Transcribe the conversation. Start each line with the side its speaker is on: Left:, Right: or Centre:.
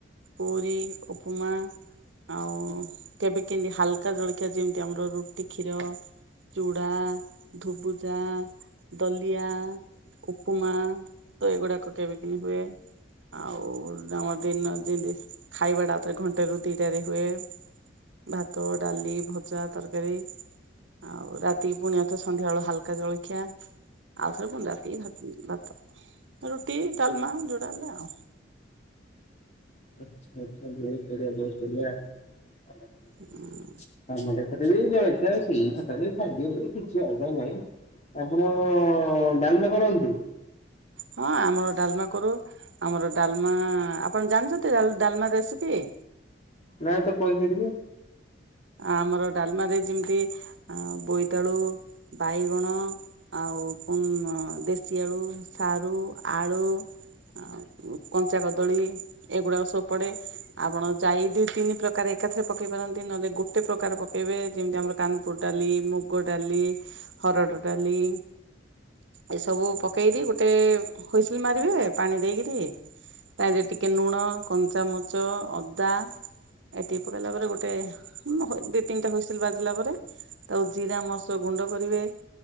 Right: ପୁରୀ ଉପମା ଆଉ କେବେ କେମିତି ହାଲକା ଜଳଖିଆ ଯେମିତି ଆମର ରୁଟି କ୍ଷୀର ଚୁଡା ଧୁବୁଜା ଦଲିଆ ଉପମା ତ ଏଇଗୁଡାକ କେବେ କେମିତି ହୁଏ। ଆଉ ଆମର ଦିନ ଯିନ୍ତି ଖାଇବା ଟା ଆଉଥରେ ଘଣ୍ଟେ ରୁ ଦିଟା ରେ ହୁଏ। ଭାତ ଡାଲି ଭଜା ତରକାରୀ ଆଉ ରାତି ପୁଣି ଆଥରେ ସନ୍ଧ୍ୟାବଳ ହାଲ କା ଜଳଖିଆ ଆଉଥରେ ରାତି ପୁଣି ଭାତ ଭାତ। ରୁଟି ଡାଲମା ଯୋଟା ହେଲେ ଆଉ।
Left: ଆଛା ବହୁତ ବଢିଆ ବହୁତ ବଢିଆ <unintelligible>
Right: ଆଉ
Left: <unintelligible> ସେ ବଳଛ ସେଇ କଥା <unintelligible> ଖାଲି ଖାଦ୍ୟ କିଛି ଅଲଗା ନାଇଁ ଆପଣ ଡାଲମା କରନ୍ତି?
Right: ହଁ ଆମର ଡ଼ାଲମା କରୁ। ଆମର ଡ଼ାଲମା ଆପଣ ଜାଣିଛନ୍ତି ଡା ଡ଼ାଲମା ରେସିପି?
Left: ନାଇଁ ତ କହିବେ ଟିକେ।
Right: ଆମର ଡ଼ାଲମା ରେ ଯେମିତି ବୋଇତାଳୁ, ବାଇଗଣ ଆଉ ଦେଶୀ ଆଳୁ ସାରୁ ଆଳୁ। ଆଉ କଞ୍ଚା କଦଳୀ। ଏଗୁଡ଼ାକ ସବୁ ପଡ଼େ ଆପଣ ଜାଇ ଦୁଇ ତିନି ପ୍ରକାର ଏକାଥରେ ପକେଇ ପାରନ୍ତି ନହେଲେ ଗୋଟେ ପ୍ରକାର ପକେଇବେ ଯେମିତି ଆମର କାନପୁର୍ ଡ଼ାଲି, ମୁଗ ଡ଼ାଲି। ହରଡ଼ ଡ଼ାଲି। ଏ ସବୁ ପକେଇକି ଗୋଟେ ହୁଇସିଲି ମାରିବେ ପାଣି ଦେଇକରି। ତା ଦେହରେ ଟିକେ ଲୁଣ କଞ୍ଚାମରିଚ ଅଦା ଏତିକି। ପକେଇଲା ପରେ ଗୋଟେ ଦି ତିନିଟା ହୁଇସିଲି ବାଜିଲା ପରେ ତାକୁ ଜିରା ମରିସ ଗୁଣ୍ଡ କରିବେ।